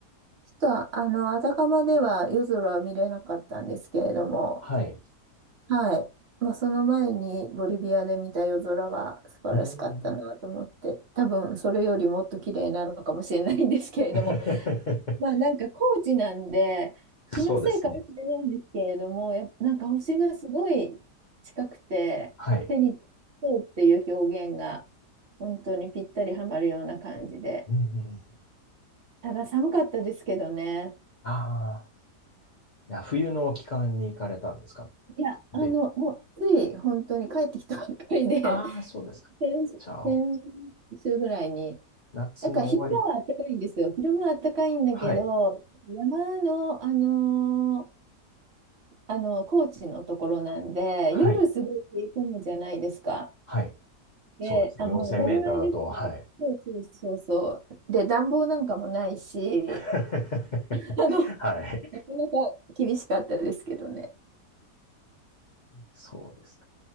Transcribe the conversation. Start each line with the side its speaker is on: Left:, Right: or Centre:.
Right: ちょっと、あの、あたかまでは夜空は見れなかったんですけれども、
Left: はい。
Right: はい。まあ、その前にボリビアで見た夜空は素晴らしかったなと思って、
Left: うーん。
Right: 多分それよりもっと綺麗なのかもしれないんですけれども、
Left: <laughs>
Right: まあなんか高知なんで、気のせいかもしれないんですけれども、
Left: そうですね。
Right: やっぱなんか星がすごい近くて、
Left: はい。
Right: 手にそうっていう表現が本当にぴったりはまるような感じで。
Left: うんうん。
Right: ただ寒かったですけどね。
Left: ああ、いや冬の期間に行かれたんですか僕で、
Right: いや、あの、もうつい本当に帰ってきたばっかりで、
Left: ああ、そうですか。
Right: <laughs> 先、
Left: じゃあ、
Right: 先週ぐらいに。
Left: 夏の終わり。
Right: なんか昼間は暖かいんですよ。昼間は暖かいんだけど、
Left: はい。
Right: 山の、あのーあの、高知のところなんで、
Left: はい。
Right: 夜すごい冷え込むじゃないですか。
Left: はい。
Right: で、
Left: そうですね。
Right: あ、まあ当たり前ですけど、
Left: 4000メーターだと、はい。
Right: そうそうそうそう。で、暖房なんかもないし、
Left: <laughs>
Right: <laughs> あの、
Left: はい。
Right: なかなか厳しかったですけどね。
Left: そうですか。